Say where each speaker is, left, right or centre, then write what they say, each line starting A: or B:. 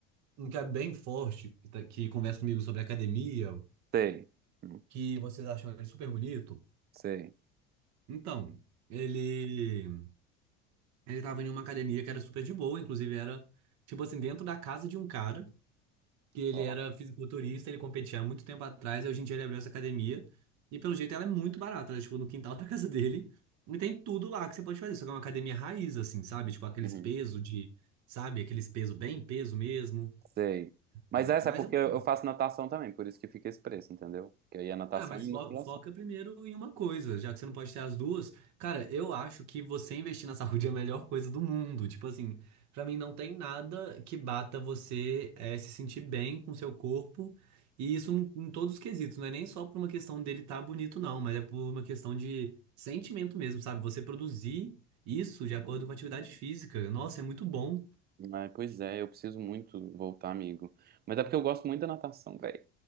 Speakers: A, on the right; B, on the right.
A: um que é bem forte, que, tá- que conversa comigo sobre academia,
B: sei. Hum.
A: que vocês acham ele super bonito?
B: Sei.
A: Então, ele ele tava em uma academia que era super de boa, inclusive era, tipo assim, dentro da casa de um cara, que ele
B: Ó.
A: era fisiculturista, ele competia há muito tempo atrás, e hoje em dia ele abriu essa academia, e pelo jeito ela é muito barata, ela é, tipo, no quintal da <laughs> casa dele, e tem tudo lá que você pode fazer, só que é uma academia raiz, assim, sabe? Tipo, aqueles
B: Uhum.
A: pesos de, sabe? Aqueles pesos bem peso mesmo
B: Sei. Mas
A: É,
B: essa
A: Mas
B: é porque
A: assim,
B: eu eu faço natação também, por isso que fica esse preço, entendeu? Que aí é natação
A: ah, mas
B: e
A: fo-
B: musculação.
A: foca primeiro em uma coisa, já que você não pode ter as duas. Cara, eu acho que você investir na saúde é a melhor coisa do mundo. Tipo assim, pra mim não tem nada que bata você eh, se sentir bem com seu corpo. E isso em, em todos os quesitos, não é nem só por uma questão dele estar bonito, não, mas é por uma questão de sentimento mesmo, sabe? Você produzir isso de acordo com a atividade física. Nossa, é muito bom.
B: Mas, pois é, eu preciso muito voltar, amigo. Mas é porque eu gosto muito da natação, velho.